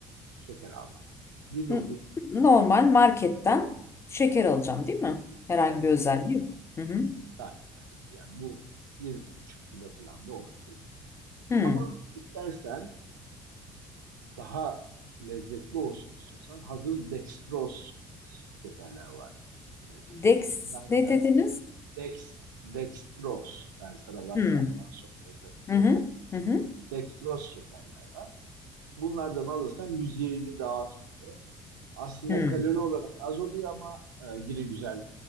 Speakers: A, on the right; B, on the left.
A: şeker almalıyım. 1.2
B: N-
A: kilogram.
B: Normal marketten şeker alacağım değil mi? Herhangi
A: Evet.
B: bir özelliği yok. Hı hı.
A: Tabii, tabii. Yani bu bir buçuk kilo falan da olabilir.
B: Hı.
A: Ama istersen daha lezzetli olsun istiyorsan hazır dextroz şekerler var üretilmiş.
B: Dex
A: Bunlar
B: ne
A: da
B: dediniz?
A: dex, dextroz. Ben sana WhatsApp'tan
B: Hmm.
A: sonra yazarım.
B: Hı hı. Hı hı.
A: Dextroz şekerler var. Bunlardan alırsan 120 daha az oluyor. Aslında
B: Hmm.
A: kalori olarak az oluyor ama e, yine güzel